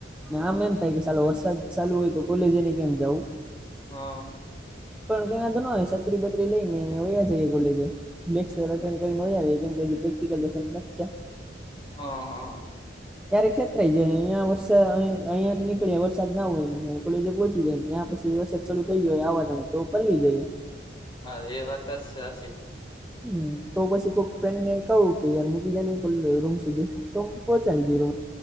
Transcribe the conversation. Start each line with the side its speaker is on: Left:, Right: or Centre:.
Left: હા
Centre: આમ એમ થાય કે ચાલો વરસાદ ચાલુ હોય તો કોલેજ એને કેમ જવું
Left: હા
Centre: પણ ત તો નય છત્રી પત્રી લઈનેયા જ કોલેજ લેક્ચર અન્ કરી ન આવે કેમ કે પ્રેક્ટિકલ તો છે.
Left: હા હા
Centre: ક્યારેક છેતરાઈ જાય અહીિયાં વરસા અ અહિયાંથી નીળે વરસાદ ના હોય ને કોલેજે પહોંચી જાય ને ત્યાં પછી વરસાદ ચાલુ થઈ ગય આ વાટણે તો પલી જઈએ.
Left: હા એ વાત જ સાી
Centre: હમ્મ તો પછી કોઈક ફ્રેન્ડ ને કહું કે યાર મૂકીજાને નહીં ખો રૂમ સુધી તો હ પહોચાડી દી ર